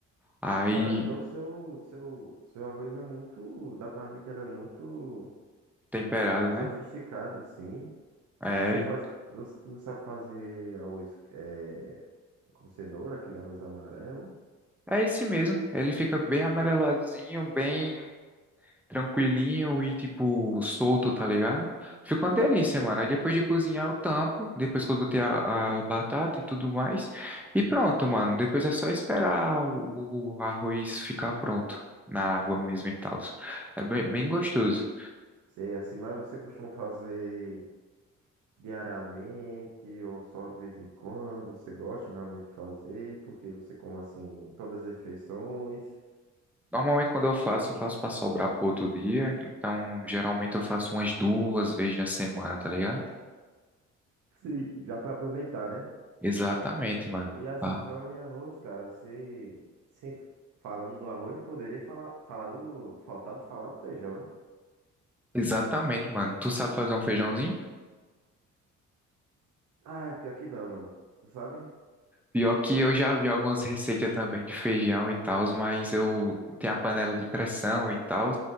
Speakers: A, in the centre; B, on the right.
A: Aí,
B: Cara, então seu, seu, seu arroz é muito, dá pra ver que ele é muito
A: temperado,
B: sofisticado,
A: né?
B: sim.
A: É,
B: Você faz, você, tu sabe fazer arroz é, com cenoura, aquele arroz amarelo?
A: é esse mesmo. Ele fica bem ameleladinho, bem tranquilinho e, tipo, solto, tá ligado? Fica uma delícia, mano. Aí depois de cozinhar, eu tampo. Depois que eu botei a, a batata e tudo mais. E pronto, mano. Depois é só esperar o, o arroz ficar pronto na água mesmo e tal. É bem, bem gostoso.
B: Sei assim, mas você costuma fazer diariamente ou só de vez em quando? Você gosta realmente de fazer? Porque você come assim todas as refeições?
A: Normalmente, quando eu faço, eu faço pra sobrar pro outro dia. Então, geralmente, eu faço umas duas vezes na semana, tá ligado?
B: <laughs> Sim, já para aproveitar, né?
A: Exatamente, mano.
B: E assim,
A: Ah,
B: falando em arroz, cara, você, você falando do arroz, não poderia falar, falar do, faltar de falar do feijão, né?
A: exatamente, mano. Tu sabe fazer um feijãozinho?
B: Ah, pior que não, mano. Tu sabe?
A: Pior que eu já vi algumas receitas também de feijão e tal, mas eu tenho a panela de pressão e tal.